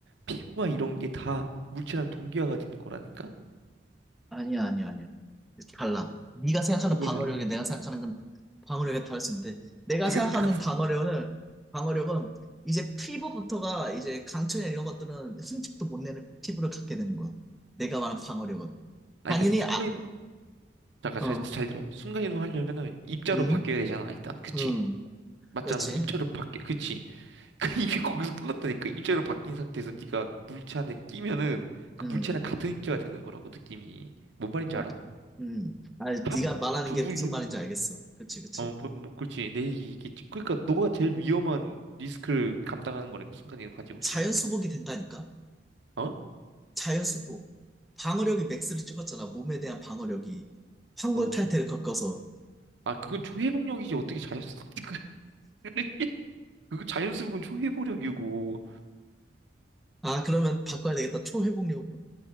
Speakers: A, on the right; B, in the centre.
A: 피부와 이런 게 다 물체랑 동기화가 되는 거라니까?
B: 아니야, 아니야, 아니야. 달라. 네가 생각하는
A: 뭐가
B: 방어력에
A: 달라?
B: 내가 생각하는 건 방어력에 다를 수 있는데 내가
A: 네가
B: 생각하는
A: 생각한
B: 방어력은 방어력은 이제 피부부터가 이제 강철이나 이런 것들은 흠집도 못 내는 피부를 갖게 되는 거야. 내가 말한 방어력은
A: 아니,
B: 당연히
A: 순간이
B: 아,
A: 잠깐
B: 어,
A: 잘, 잘 들어. 순간이동 하려면은 입자로
B: 응,
A: 바뀌어야 되잖아, 일단. 그치?
B: 응,
A: 맞잖아.
B: 그렇지.
A: 입자로 바뀌, 그치? <laughs> 그 이게 거기서 끝났다니까. 입자로 바뀐 상태에서 네가 물체 안에 끼면은 그
B: 응,
A: 물체랑 같은 입자가 되는 거라고, 느낌이. 뭔 말인지
B: 아,
A: 알아?
B: 응. 아,
A: 한
B: 네가 말하는
A: 부분이
B: 게 무슨
A: 되는
B: 말인지
A: 거야.
B: 알겠어. 그치, 그치.
A: 어, 뭐, 뭐, 그렇지. 내 얘기 겠지 그러니까 너가 제일 위험한 리스크를 감당하는 거라니까, 순간이동 가지고
B: 자연
A: 있으면.
B: 수복이 된다니까?
A: 어?
B: 자연 수복. 방어력이 맥스를 찍었잖아. 몸에 대한 방어력이. 황골
A: 어.
B: 탈퇴를 겪어서.
A: 아, 그건 초회복력이지. 어떻게 자연스럽게. <laughs> 그게- 그거 자연스러운 초회복력이고.
B: 아, 그러면 바꿔야 되겠다. 초회복력으로.